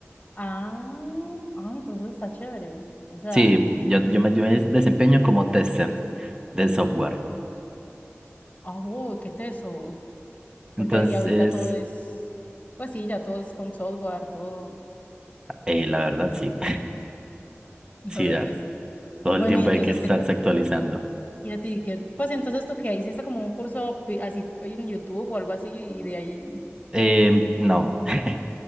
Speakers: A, on the left (about 30°); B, on the right (about 20°).
A: Ah, ah, entonces está chévere. O sea,
B: Sí, yo, yo me, yo me desempeño como tester del software.
A: ah, wow, qué teso. Porque
B: Entonces,
A: y ahorita todo es, pues sí, ya todo es con software, todo.
B: eh, la verdad sí,
A: <laughs>
B: <laughs>
A: La
B: sí,
A: verdad,
B: da-
A: pues sí.
B: todo
A: Bueno,
B: el tiempo
A: y entonces,
B: hay que estarse
A: ¿qué,
B: actualizando.
A: y a ti, qué, pues entonces tú que hiciste como un curso vi- así en YouTube o algo así y de ahí.
B: Eh, no. <laughs>